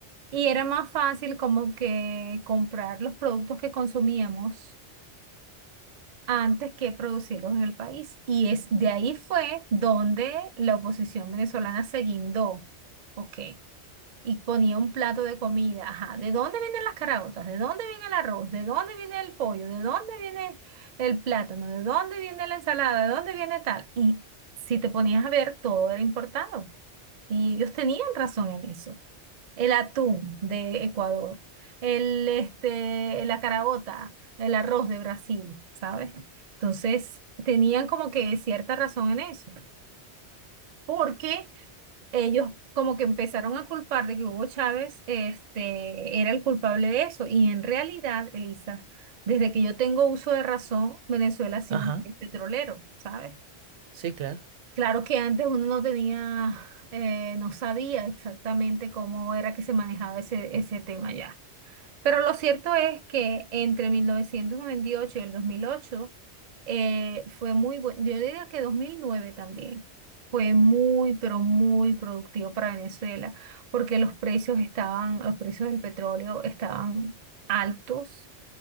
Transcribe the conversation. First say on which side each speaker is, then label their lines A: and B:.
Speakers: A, on the right (about 50°); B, on the right (about 75°).
A: Y era más fácil como que comprar los productos que consumíamos antes que producirlos en el país. Y es de ahí fue donde la oposición venezolana se guindó, ¿ok? Y ponía un plato de comida, ajá, ¿de dónde vienen las caraotas? ¿De dónde viene el arroz? ¿De dónde viene el pollo? ¿De dónde viene el plátano? ¿De dónde viene la ensalada? ¿De dónde viene tal? Y si te ponías a ver, todo era importado. Y ellos tenían razón en eso. El atún de Ecuador, el, este, la carabota, el arroz de Brasil, ¿sabes? Entonces, tenían como que cierta razón en eso, porque ellos como que empezaron a culpar de que Hugo Chávez, este, era el culpable de eso. Y en realidad, Elisa, desde que yo tengo uso de razón, Venezuela ha sido
B: Ajá,
A: un país petrolero, ¿sabes?
B: sí, claro.
A: Claro que antes uno no tenía, eh, no sabía exactamente cómo era que se manejaba ese, ese tema ya. Pero lo cierto es que entre mil novecientos noventa y ocho y el 2008 eh, fue muy bueno, yo diría que 2009 también, fue muy, pero muy productivo para Venezuela, porque los precios estaban, los precios del petróleo estaban altos